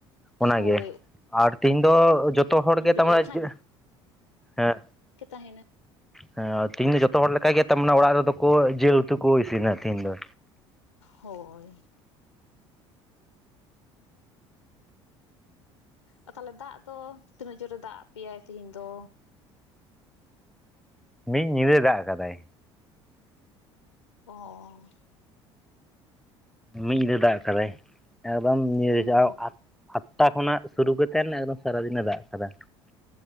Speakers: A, in the centre; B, on the left.
A: ᱚᱱᱟᱜᱮ
B: ᱦᱳᱭ
A: ᱟᱨ ᱛᱤᱦᱤᱧ ᱫᱚ ᱡᱚᱛ ᱛᱚ ᱦᱚᱲ
B: ᱩᱞ
A: ᱜᱮ
B: ᱵᱤᱞᱤ
A: ᱛᱟᱨᱢᱟᱱᱮ ᱡᱮ ᱦᱮᱸ
B: ᱠᱮᱛᱟᱦᱮᱱᱟ᱾
A: ᱦᱮᱸ ᱛᱮᱦᱮᱧ ᱫᱚ ᱡᱚᱛᱚ ᱦᱚᱲ ᱞᱮᱠᱟ ᱜᱮ ᱛᱟ ᱢᱟᱱᱮ ᱚᱲᱟᱜ ᱨᱮᱫᱚ ᱠᱚ ᱡᱤᱞ ᱩᱛᱩ ᱠᱚ ᱤᱥᱤᱱᱟ ᱛᱮᱤᱦᱤᱧ ᱫᱚ᱾
B: ᱦᱳᱭ ᱟ ᱛᱟᱦᱞᱮ ᱫᱟᱜ ᱫᱚ ᱛᱤᱱᱟᱹᱜ ᱡᱳᱨᱮ ᱫᱟᱜᱽᱼᱟᱜ ᱯᱮᱭᱟᱭ ᱛᱤᱦᱤᱧ ᱫᱚ?
A: ᱢᱤᱫ ᱧᱤᱫᱟᱹ ᱫᱟᱜ ᱠᱟᱫᱟᱭ
B: ᱚ
A: ᱢᱤᱫ ᱧᱤᱫᱟᱹ ᱫᱟᱜ ᱠᱟᱫᱟᱭ, ᱮᱠᱫᱚᱢ ᱱᱤᱭᱟᱹ
B: ᱦᱩᱸ
A: ᱡᱟᱣ ᱟᱫ ᱟᱴᱴᱟ ᱠᱷᱚᱱᱟᱜ ᱥᱩᱨᱩ ᱠᱟᱛᱮᱱ ᱮᱠᱫᱚᱢ ᱥᱟᱨᱟ ᱫᱤᱱᱮ ᱫᱟᱜ ᱟᱠᱟᱫᱟ᱾